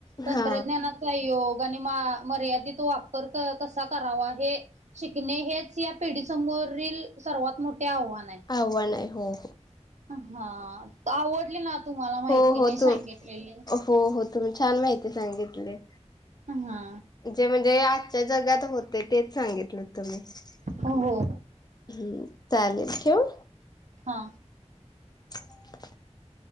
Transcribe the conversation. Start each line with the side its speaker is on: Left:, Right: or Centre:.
Right: तंत्रज्ञानाचा
Left: हा
Right: योग आणि मा मर्यादित वापर कसा करावा हे शिकणे हेच या पिढीसमोरील सर्वात मोठे आव्हान आहे.
Left: आव्हान आहे हो.
Right: हा, आवडली ना तुम्हाला माहिती
Left: हो हो
Right: मी सांगितलेली?
Left: तुम हो, हो तुम्ही छान माहिती सांगितली.
Right: हा.
Left: जे म्हणजे आजच्या जगात होते तेच सांगितलं तुम्ही.
Right: हो हो
Left: <inaudible> हम्म चालेल ठेवू?
Right: हा.
Left: <inaudible>